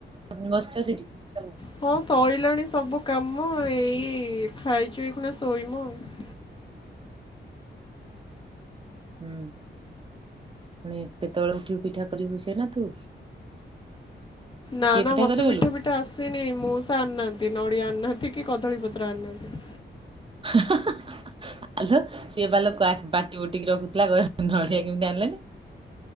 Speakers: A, on the right; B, on the left.
A: ନା ବସିଚ ସେଠି? ହ୍ୟାଲୋ
B: ହଁ ସଇଲାଣି ସବୁ କାମ ଏଇ ଖାଇଚୁ ଏଇଖୁଣା ଶୋଇବୁ ଆଉ।
A: ହୁଁ ପୁଣି କେତେବେଳେ ଉଠିବୁ ପିଠା କରିବୁ ସେନା ତୁ?
B: ନା
A: କିଏ
B: ନା ମତେ
A: କରିବଲୁ
B: ପିଠା ପି ଠା ଆସିନି ମଉଷା ଆଣିନାହାଁନ୍ତି ନଡିଆ ଆଣିନାହାଁନ୍ତି କି କଦଳୀ ପତ୍ର ଆଣିନାହାନ୍ତି।
A: ହ <inaudible> ଆଲୋ ସିଏ ପାଲୋ ବାଟି ବୁଟିକି ରଖୁଥିଲା କହିଲା ନଡିଆ କେମିତି ଆଣିଲାନି।